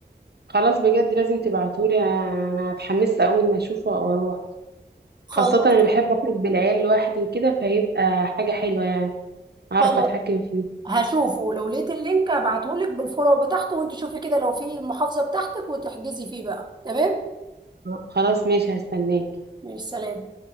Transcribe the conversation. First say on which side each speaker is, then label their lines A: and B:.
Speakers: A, on the right; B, on the right.
A: خلاص بجد لازم تبعتولي انا اتحمست اول ما اشوفه واروح
B: خلاص
A: خاصة أنا بحب أخرج بالعيال لوحدي وكده فهيبقى حاجة حلوة يعني
B: خلاص
A: أعرف أتحكم فيه
B: هشوفه لو لقيت اللينك ابعته لك بالفروع بتاعته وانت شوفي كده لو في المحافظة بتاعتك وتحجزي فيه بقى تمام
A: خلاص ماشي هستناك
B: ماشي سلام